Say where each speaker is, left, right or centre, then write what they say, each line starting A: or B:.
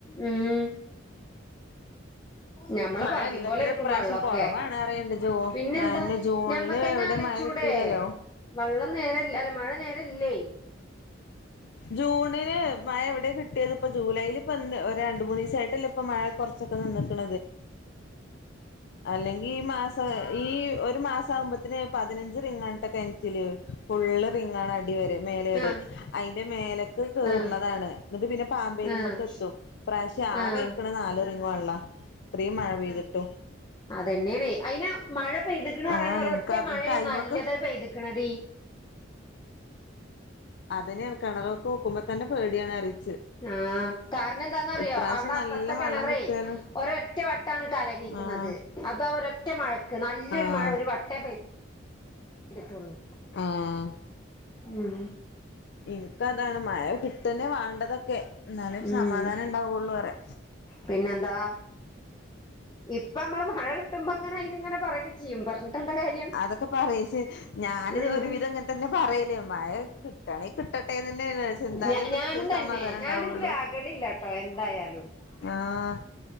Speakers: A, on the left (about 25°); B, on the left (about 60°).
A: ഉം ഞമ്മള്
B: മഴ
A: ഭാ ഗ്യം.
B: ഇല്ലത്ര
A: പോലെരിക്കും
B: ഇപ്രാവശ്യം
A: വെള്ളോക്കെ
B: കൊറവാണ് അറിയണ്ട് ജൂ
A: പിന്നെന്താ
B: അയെന്നെ ജൂണില്
A: ഞമ്മക്ക്ന്നെ
B: എവിടെ
A: ആലോചിച്ചൂടേ
B: മഴ കിട്ടീലല്ലോ
A: വള്ളം നേരെ ഇല്ല അല്ല മഴ നേരെ ഇല്ലേ
B: ജൂണില് മഴ എവിടെ കിട്ടിയത് ഇപ്പൊ ജൂലൈല് ഇപ്പ രണ്ട് മൂന്ന് ദിവസായിട്ടല്ലേ ഇപ്പൊ മഴ കുറച്ചൊക്കെ നിന്നുക്ക്ണു
A: അ <inaudible>
B: അല്ലെങ്കി ഈ മാസ ഈ ഒരു മാസം ആകുമ്പത്തന് പതിനഞ്ച് റിങ്ങ് ആണ് ട്ടാ കെനറ്റില് ഫുള് റിങ്ങാണ് വരെ മേലെ വരെ
A: ആഹ്
B: അതിന്റെ മേലക്ക് കേറുന്നതാണ്
A: ആഹ്
B: എന്നിട്ട് പിന്നെ പാമ്പേരിമ്മക്ക്
A: ആഹ്
B: എത്തും ഈ പ്രാവശ്യം ആകെ
A: ആഹ്
B: കിട്ടണത് നാല് റിങ്ങ് വെള്ളം ഇത്രയും മഴ പെയ്തിട്ടും
A: അത് തന്നെയണെ അയിന് മഴ പെയ്തുക്കണെ പറയുന്ന
B: ആണ്
A: ഒര
B: ഇൻക്ക്
A: ഒറ്റ മഴയാണ്
B: ഇൻക്ക് അയിമക്ക്
A: നല്ലതായി പെയ്തുക്കണ്തേ
B: അത് തന്നെ കെണറുക്ക് നോക്കുമ്പോൾ തന്നെ പേടിയാണ് അറിയ
A: ആഹ് കാരണം എന്താന്നറിയോ
B: ഇപ്രാവശ്യം
A: അവിടെ അപ്പുറത്തെ
B: നല്ല
A: കിണറേ
B: വെള്ളം കിട്ടുവല്ലോ
A: ഒരൊറ്റ വട്ട ട്ടാണ് കലങ്ങിക്കണത്
B: ആഹ്
A: അതൊ ഒരൊറ്റ മഴക്ക് നല്ലൊരു
B: ആഹ്
A: മഴ ഒരു വട്ടേ പെയ്തു ചെയ്തിട്ടുള്ളൂ
B: ആഹ്
A: ഉം
B: ഇനിക്കതാണ് മഴ കിട്ടന്നെ വേണ്ടതൊക്കെ എന്നാലേ
A: ഉം
B: സമാധാനം ഉണ്ടാവുള്ളൂ പറയാ
A: പിന്നെന്താ ഇപ്പൊ അമ്മള് മഴ കിട്ടുമ്പോ അങ്ങനെ ഇങ്ങനെ പറക്കെ ചെയ്യും പറഞ്ഞിട്ട് എന്താ കാര്യം
B: അതൊക്കെ പറയിച്ചേ ഞാന്
A: ഉം
B: ഒരുവിധം അങ്ങനെ തന്നെ പറയല് മഴ കിട്ടാണെ കിട്ടട്ടെന്ന് തന്നെയ വിച് എന്നാലേള്ളൂ
A: ഞ ഞാനും
B: ഇച്ചി
A: തന്നെ
B: സമാധാനം ഉണ്ടാവുള്ളൂ
A: ഞാനും രാഗലില്ലാട്ടോ എന്തായാലും
B: ആഹ്